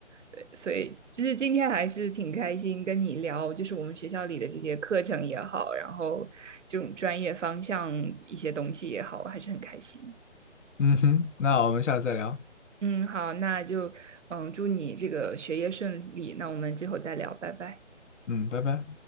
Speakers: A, on the right; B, on the left.
A: 对，所以就是今天还是挺开心跟你聊，就是我们学校里的这些课程也好，然后这种专业方向一些东西也好，我还是很开心。
B: 嗯哼，那我们下次再聊，
A: 嗯，好，那就嗯，祝你这个学业顺利。那我们之后再聊，拜拜。
B: 嗯，拜拜。